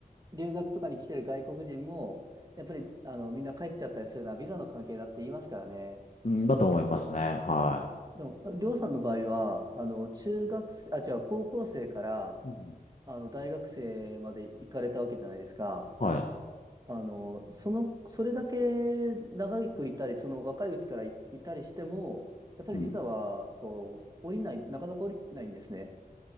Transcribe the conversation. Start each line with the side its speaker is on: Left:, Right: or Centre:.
Right: 留学とかに来てる外国人も、やっぱり、あの、みんな帰っちゃったりするのはビザの関係だって言いますからね。
Left: い。うん、だと思いますね。は
Right: でも、りょうさんの場合は、あの、中学生、あ、違う、高校生から、
Left: い。うん、
Right: あの、大学生まで行かれたわけじゃないですか。
Left: はい。
Right: あの、その、それだけ長くいたり、その若いうちからい、いたりしても、やっぱりビザは、
Left: うん
Right: こう、降りない、なかなか降りないんですね。